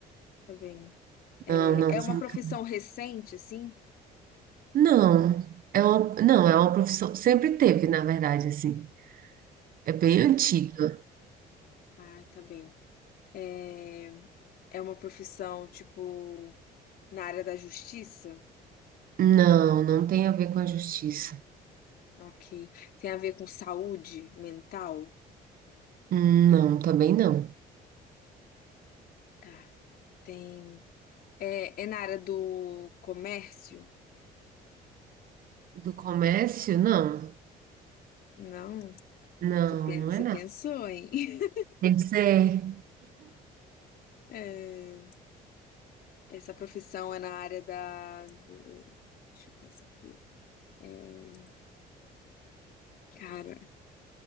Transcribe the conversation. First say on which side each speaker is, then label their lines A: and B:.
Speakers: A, on the left (about 65°); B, on the right (about 55°).
A: Tá bem.
B: Não, não.
A: É uma
B: se enca-
A: profissão recente, assim?
B: Não, é uma,
A: Ah,
B: não, é uma profissão. Sempre teve, na verdade, assim. É bem
A: tá.
B: antiga.
A: Ai, tá bem. É, é uma profissão, tipo, na área da justiça?
B: Não, não tem a ver com a justiça.
A: Ok. Tem a ver com saúde mental?
B: Hum, Não, também não.
A: Tá. Tem. É, é na área do comércio?
B: Do comércio, não.
A: Não.
B: Não,
A: Você pe-
B: não
A: você
B: é nada.
A: pensou, hein? <laughs>
B: Tem que ser.
A: É, essa profissão é na área da. Deixa eu pensar aqui. É, Cara,